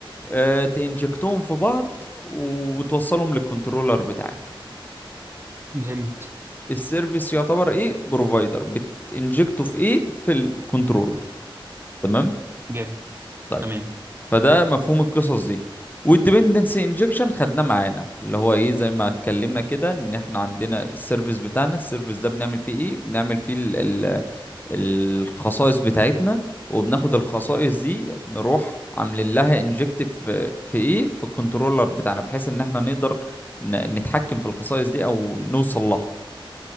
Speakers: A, on the left (about 20°); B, on the right (about 25°).
A: اه تنجكتهم في بعض وتوصلهم للكنترولر بتاعك
B: جامد
A: السيرفيس يعتبر ايه بروفايدر بتنجكته في ايه في الكنترولر تمام
B: جامد
A: طيب
B: تمام
A: فده مفهوم القصص دي والديبندنسي انجكشن خدناه معانا اللي هو ايه زي ما اتكلمنا كده ان احنا عندنا السيرفيس بتاعنا السيرفيس ده بنعمل فيه ايه بنعمل فيه ال ال الخصائص بتاعتنا وبناخد الخصائص دي نروح عاملين لها انجكت في في ايه في الكنترولر بتاعنا بحيث ان احنا نقدر ن- نتحكم في الخصائص دي او نوصل لها